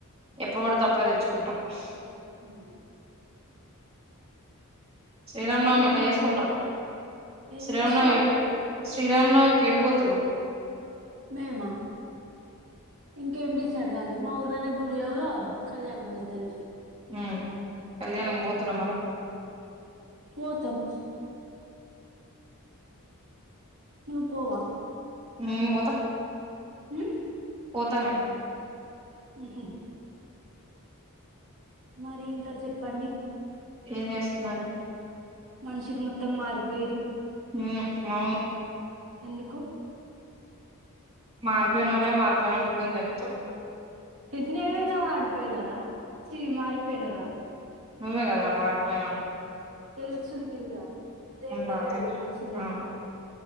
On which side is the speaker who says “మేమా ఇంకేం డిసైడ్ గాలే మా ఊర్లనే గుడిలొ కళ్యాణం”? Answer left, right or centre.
Right